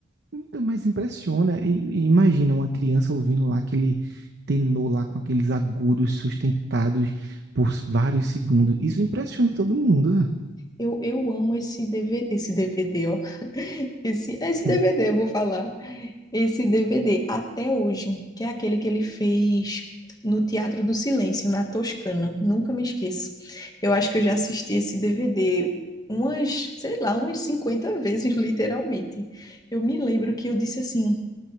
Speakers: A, on the right; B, on the left.
A: Então, mas impressiona, e- e imagina uma criança ouvindo lá aquele tenor lá com aqueles agudos sustentados por vários segundos. Isso impressiona todo mundo. <laughs> né?
B: Eu, eu amo esse DVD, esse DVD, ó. <laughs> Esse, esse
A: Hum.
B: DVD, eu vou falar. esse DVD até hoje, que é aquele que ele fez no Teatro do Silêncio, na Toscana. Nunca me esqueço. Eu acho que eu já assisti esse DVD umas, sei lá, umas 50 vezes, <laughs> literalmente. Eu me lembro que eu disse assim: